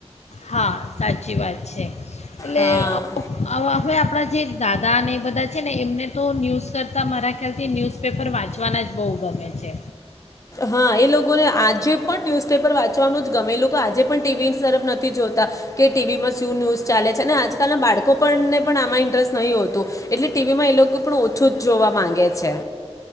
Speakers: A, on the left; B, on the left.
A: હા સાચી વાત છે. એટલે
B: હા
A: આપણા જે દાદા અને એ બધા છે ને એમને તો ન્યૂઝ કરતા મારા ખ્યાલથી ન્યૂઝપેપર વાંચવાના જ બહુ ગમે છે.
B: હા એ લોકોને આજે પણ ન્યુઝપેપરચ વા ગમે એ લોકો આજે પણ ટીવી તરફ નથી. જોતા કે ટીવીમાં શુ ન્યુઝ ચાલે છે અને આજકાલના બાળકો પણને પણ આમાં ઇન્ટરેસ્ટ નહહી હોતું એટલે ટીવીમાં એ લોકો પણ ઓછું જ જોવા માંગે છે.